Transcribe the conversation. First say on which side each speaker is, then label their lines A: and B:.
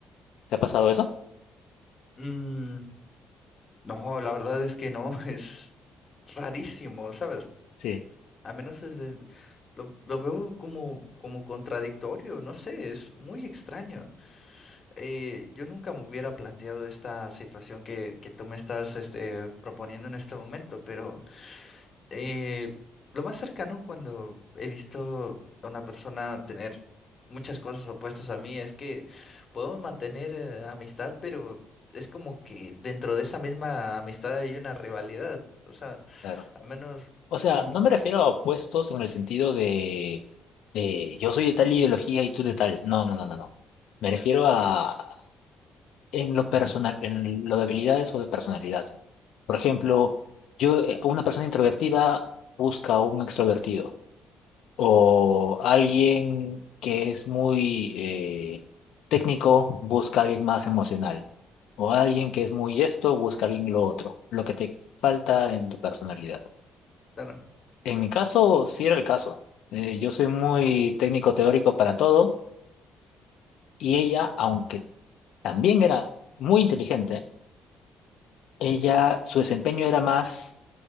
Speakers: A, on the left (about 80°); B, on the left (about 40°).
A: ¿Te ha pasado eso?
B: Mm, no, la verdad es que no, <laughs> es rarísimo, ¿sabes?
A: Sí,
B: A menos es el- lo, lo veo como, como contradictorio, no sé, es muy extraño. Eh, yo nunca me hubiera planteado esta situación que, que tú me estás este, proponiendo en este momento, pero... Eh, lo más cercano cuando he visto a una persona tener muchas cosas opuestas a mí es que podemos mantener eh, amistad, pero es como que dentro de esa misma amistad hay una rivalidad. O sea,
A: claro.
B: al menos...
A: O sea,
B: mm,
A: no me refiero a opuestos en el sentido de, de yo soy de tal ideología y tú de tal. No, no, no, no, no. Me refiero a en lo personal, en lo de habilidades o de personalidad. Por ejemplo, yo, eh, una persona introvertida busca a un extrovertido. o alguien que es muy eh, técnico busca a alguien más emocional, o alguien que es muy esto busca a alguien lo otro, lo que te falta en tu personalidad.
B: claro.
A: En mi caso, sí era el caso. Eh, yo soy muy técnico teórico para todo y ella, aunque también era muy inteligente, ella, su desempeño era más,